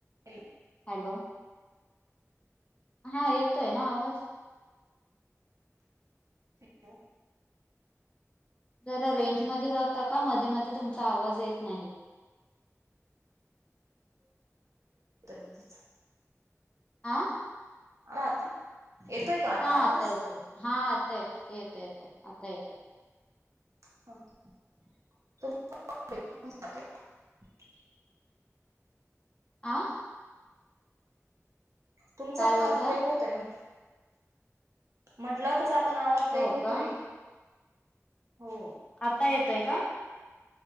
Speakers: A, on the right; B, on the left.
A: Hello.
B: Hello. हां येतोय ना आवाज?
A: हॅलो.
B: जरा रेंज मध्ये राहता का मध. मधी मधी तुमचा आवाज येत नाही.
A: होतं ना तिचं. <unintelligible>
B: आ.
A: आता. येतोय का
B: हां
A: आवाज
B: आता येतोय हां आता येतय येतय आता येतय.
A: <unintelligible>
B: आ.
A: तुमचा
B: काय
A: पण
B: बोलता
A: आवाज ब्रेक होतोय म्हट. म्हंटल तुझा पण आवाज ब्रेक
B: हो
A: होतोय
B: का
A: हो.
B: आता येतोय का?